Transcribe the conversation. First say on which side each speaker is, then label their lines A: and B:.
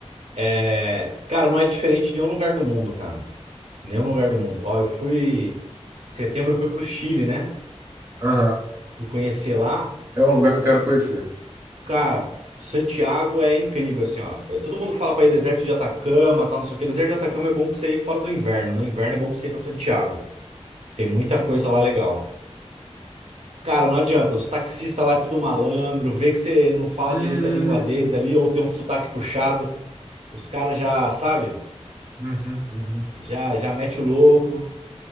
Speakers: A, on the right (about 65°); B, on the right (about 25°).
A: É, cara, não é diferente em nenhum lugar do mundo, cara. Nenhum lugar do mundo. Ó, eu fui. Setembro eu fui pro Chile, né?
B: Aham.
A: Fui conhecer lá.
B: É um lugar que eu quero conhecer.
A: Cara, Santiago é incrível, assim, ó. Eu- todo mundo fala pra ir deserto de Atacama, tal, não sei o quê. Deserto de Atacama é bom pra você ir fora do inverno. No inverno é bom pra você ir pra Santiago. Tem muita coisa lá legal. Cara, não adianta. Os taxistas lá é tudo malandro. Vê que você não fala
B: Hum.
A: direito a língua deles ali, ou tem um sotaque puxado. Os caras já, sabe?
B: Uhum, uhum.
A: Já, já mete o louco.